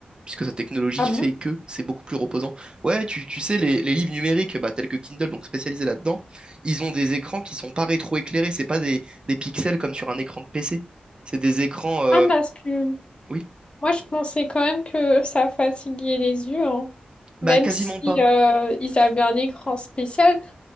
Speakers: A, on the right; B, on the left.
A: puisque sa technologie
B: Ah
A: fait
B: bon?
A: que c'est beaucoup plus reposant. Ouais, tu, tu sais, les, les livres numériques, bah, tels que Kindle, donc spécialisés là-dedans, ils ont des écrans qui sont pas rétroéclairés, c'est pas des, des pixels comme sur un écran de PC. C'est des écrans... euh,
B: Ah, parce que
A: Oui,
B: moi, je pensais quand même que ça fatiguait les yeux, hein. Même
A: bah quasiment
B: si
A: pas.
B: euh, ils avaient un écran spécial.